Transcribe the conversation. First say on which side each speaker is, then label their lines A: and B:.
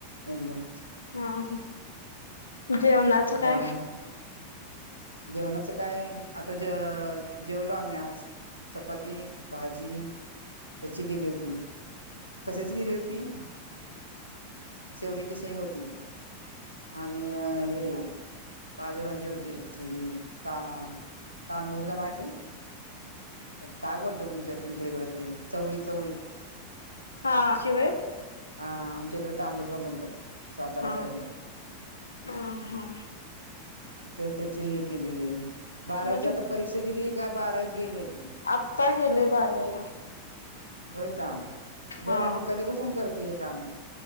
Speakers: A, on the right; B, on the left.
A: अवघड
B: हा हा, जेवणाच
A: त्याच्या
B: काय?
A: मग जेवणाचं काय आता ज- जेवलो आम्ही आज. चपाती, भाजी याची केली होती. कशाची केली होती? ती शेवग्याची शेंग होती. आणि हे पालेभाजी होती त -तांदूळजा माहित हे? काय बोलता तुमच्या- तुमच्या तकड ते चवळी- चवळी.
B: हा शिवाय
A: ह आमच्या इकडे तांदूळजा बोलतात सातारा
B: हा
A: साईड ला
B: हा हा
A: तर त्याचे हे केलेले आहे. बारावीच्या
B: मग तू
A: आता परीक्षा दिनी का बारावीत गेले होते.
B: आत्ता गेले बारावीला.
A: होय का
B: हा
A: बरं आहे मग कधीपसून करते हे काम.